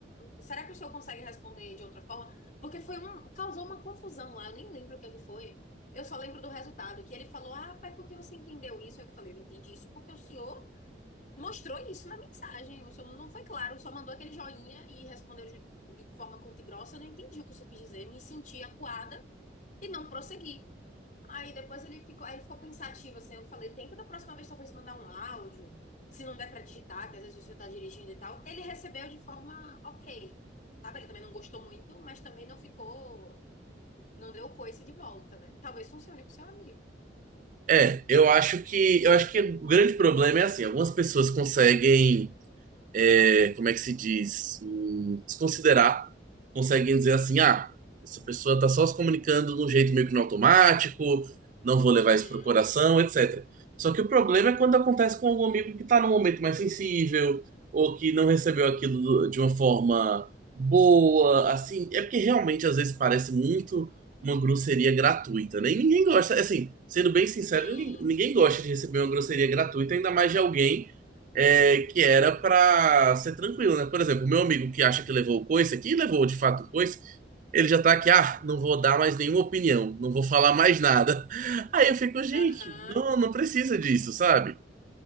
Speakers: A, on the left; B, on the right.
A: será que o senhor consegue responder de outra forma? Porque foi um, causou uma confusão lá, eu nem lembro o que é que foi. Eu só lembro do resultado, que ele falou, ah, pai, por que você entendeu isso? Eu falei, eu entendi isso porque o senhor mostrou isso na mensagem. O senhor não foi claro, só mandou aquele joinha e respondeu de, de forma curta e grossa. Eu não entendi o que o senhor quis dizer, me senti acuada e não prossegui. Aí depois ele ficou, aí ele ficou pensativo, assim, eu falei, tenta da próxima vez talvez mandar um áudio, se não der pra digitar, que às vezes o senhor tá dirigindo e tal. Ele recebeu de forma ok, sabe? Ele também não gostou muito, mas também não ficou, não deu coice de volta, né? Talvez funcione pro seu amigo.
B: É, eu acho que eu acho que o grande problema é assim, algumas pessoas conseguem é, como é que se diz, hum, desconsiderar, conseguem dizer assim, ah, essa pessoa está só se comunicando de um jeito meio que no automático, não vou levar
A: Uhum.
B: isso pro coração, etc. Só que o problema é quando acontece com algum amigo que está num momento mais sensível, ou que não recebeu aquilo do- de uma forma boa, assim, é porque realmente às vezes parece muito uma grosseria gratuita, né? E ninguém gosta, assim, sendo bem sincero,
A: Sim.
B: ninguém, ninguém gosta de receber uma grosseria gratuita, ainda mais de alguém é, que era pra ser tranquilo, né? Por exemplo, meu amigo que acha que levou o coice aqui, levou de fato o coice, ele já tá aqui, ah, não vou dar mais nenhuma opinião, não vou falar mais nada. <laughs> Aí eu fico, gente,
A: Aham.
B: não, não precisa disso, sabe?